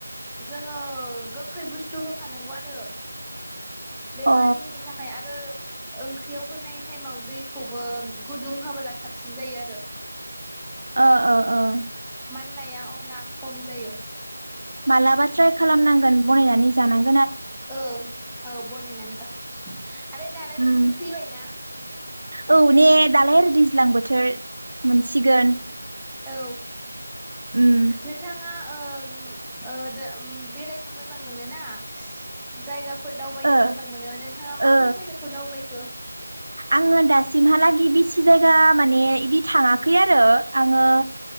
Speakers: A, in the centre; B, on the right.
A: जोङो गोखै बुस्थु होफानांगौ आरो बे
B: अ ओ
A: मानिनि थाखाय आरो ओंख्रियाव होनाय टाइमाव दैखौबो गुदुं होबोला साबसिन जायो आरो
B: अह अह अह।
A: माननाया अब्ला खम जायो
B: मालाबा ट्राइ खालामनांगोन बनायनानै जानां
A: औ औ बनायनानै जा आरो दालाय
B: उम
A: बोथोर फैबायना ।
B: औ ने दालाय आरो दैज्लां बोथोर मोनसिगोन
A: औ
B: उम
A: नोंथाङा ओम ओ दो बेरायनो मोजां मोनोना जायगा फोर दावबायनो
B: ओ
A: मोजां मोनो नोंथाङा मा
B: ओ
A: मा जायगाखौ दावबाय <unintelligible>
B: आङो दासिमहालागि बि सि जायगा माने इदि थाङाखै आरो आङो